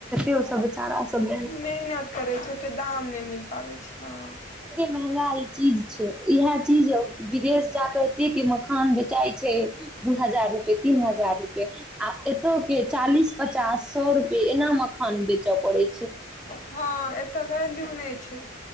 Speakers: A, in the centre; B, on the left (about 40°).
A: ओ सब बेचारा सब
B: मेहनत करै छै ओते दाम नहि मिल पाबै छै हँ।
A: महगाइ चीज। इएह चीज विदेश जााकऽ एतेक मखान बेचाइ छै दू हजार। तीन हजार रुपए आ एतय के चालीस। पचास सए रुपे एना मखान बेचय पड़े।
B: हँ एतय वैल्यू नहि छै।